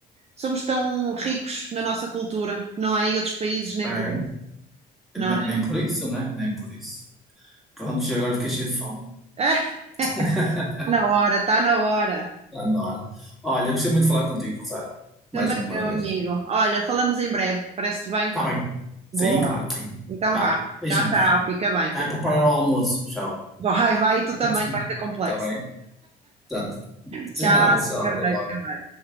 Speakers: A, on the right; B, in the centre.
A: somos tão ricos na nossa cultura, não é? E outros países nem
B: É.
A: por isso, não
B: Ne-
A: é?
B: Nem por isso, né? Nem por isso. Pronto, já agora fiquei cheio de fome.
A: <laughs>
B: <laughs>
A: Ah, tá na hora, está na hora.
B: Está na hora. Olha, gostei muito de falar contigo, Rosário.
A: Também
B: Mais uma
A: meu
B: vez.
A: amigo. Olha, falamos em breve, parece-te bem?
B: Está bem. Sim,
A: Boa.
B: claro que sim.
A: Então
B: Vá,
A: vá.
B: beijinhos.
A: Tchau, tchau. Fica bem,
B: Vai
A: fica
B: preparar
A: bem.
B: o almoço. Tchau.
A: Vai, vai, e tu
B: <laughs>
A: também,
B: Está
A: que vai ser complexo.
B: bem? Tchau.
A: Tchau,
B: Tchau, tchau.
A: fica
B: Até
A: bem,
B: logo.
A: fica bem.